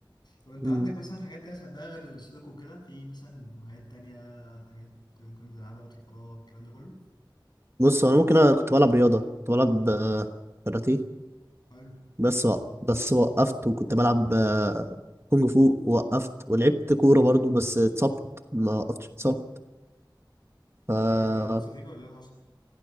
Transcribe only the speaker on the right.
مم.
بص انا ممكن انا كنت بلعب رياضه كنت بلعب آه، كاراتيه
بس وق- بس وقفت وكنت بلعب آه، كونج فو وقفت ولعبت كوره برضو بس اتصبت ما وقفتش اتصبت ف